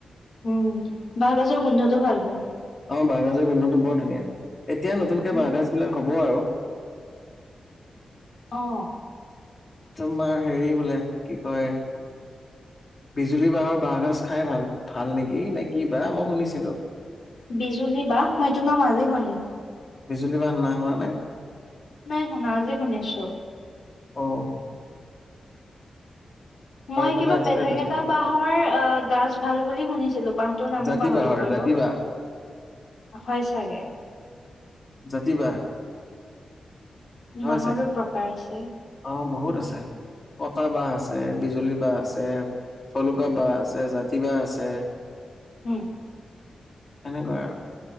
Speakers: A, on the left; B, on the left.
A: উম, বাঁহগাজৰ গোন্ধটো ভাল লাগে।
B: অ' বাহহগাজৰ গন্ধনত বৰ ধুনীয়া এতিয়া নতুনকে
A: উম,
B: বাহহগাজ বিলাক হ'ব আৰু।
A: অ'।
B: তোমাৰ হেৰি বোলে কি কয় বিজুলী বাঁহৰ বাঁহগাজ খাই ভাল ভাল নেকি নে কি বা মই শুনিছিলো।
A: বিজুলী বাহ মইটো নাম আজি শন
B: জুবলী না নামৰ নে?
A: নাই শুনা আজি শুনিছো।
B: অহ।
A: মই
B: ফালে
A: কিবা
B: আছে
A: বেলেগ
B: বিজুলী।
A: এটা বাহৰ আহ গাজ ভাল বুলি শুনিছিলো বাহটোৰ নামো
B: জাতি
A: পাহৰিলো
B: বাঁহৰ
A: বাৰু।
B: <inaudible>
A: হয় চাগে।
B: যাতি বা। হয়
A: বাঁহৰো
B: চাগ,
A: প্ৰকাৰ আছে।
B: অ ' বহুত আছে। কটা বাহ আছে বিজুলী বাহ আছে। থলুকা বাহ আছে জাতিতি বাহ আছে।
A: হম।
B: সনেকুৱা আৰু